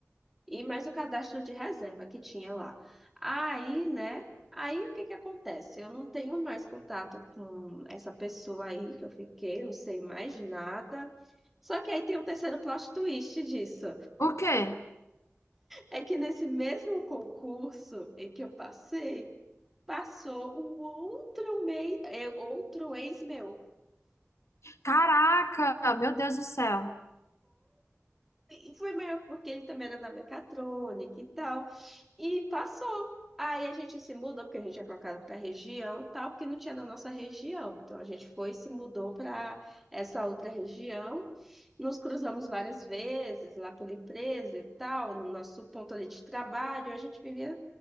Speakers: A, in the centre; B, on the left.
A: E mais o cadastro de reserva que tinha lá. Aí, né? Aí o que que acontece? Eu não tenho mais contato com essa pessoa aí que eu fiquei, não sei mais nada. Só que aí tem um terceiro plot twist disso.
B: O quê?
A: É que nesse mesmo concurso em que eu passei, passou um outro, mei... é, outro ex meu.
B: Caraca, meu Deus do céu.
A: E foi melhor porque ele também era da mecatrônica e tal. E passou. Aí a gente se mudou, porque a gente é colocado para região e tal, porque não tinha na nossa região. Então a gente foi e se mudou para essa outra região. Nos cruzamos várias vezes lá pela empresa e tal, no nosso ponto ali de trabalho. A gente vivia,